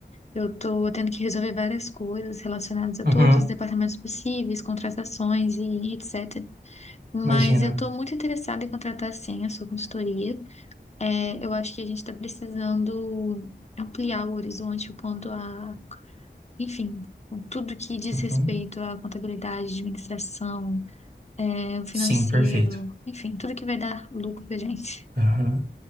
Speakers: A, on the left; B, on the right.
A: eu tô tendo que resolver várias coisas relacionadas a
B: Uhum,
A: todos os departamentos possíveis, contratações e etc. Mas
B: imagina.
A: eu tô muito interessada em contratar, sim, a sua consultoria. É, eu acho que a gente está precisando ampliar o horizonte quanto a enfim, com tudo que diz
B: Uhum.
A: respeito à contabilidade, administração, é, o financeiro,
B: Sim, perfeito.
A: enfim, tudo que vai dar lucro pra gente.
B: Uhum.